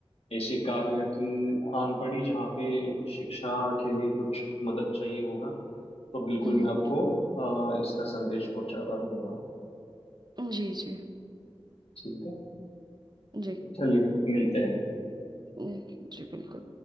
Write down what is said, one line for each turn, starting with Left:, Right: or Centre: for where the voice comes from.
Left: ऐसे कार्य की आन पड़ी जहाँ पे शिक्षा के लिए कुछ मदद चाहिए होगा तो बिल्कुल
Right: हम्म
Left: मैं
Right: हम्म,
Left: आपको अ, इसका संदेश पहुंचाता रहूंगा
Right: जी जी
Left: ठीक है
Right: जी
Left: चलिए मिलते हैं
Right: हम्म, जी बिल्कुल